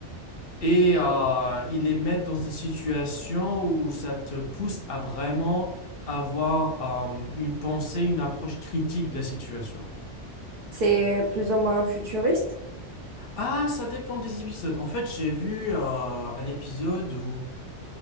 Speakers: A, on the left (about 60°); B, on the right (about 60°).
A: et euh, ils les mettent dans des situations où ça te pousse à vraiment avoir euh, une pensée, une approche critique de la situation.
B: C'est plus ou moins futuriste.
A: Ah, ça dépend des épisodes. En fait, j'ai vu euh, un épisode où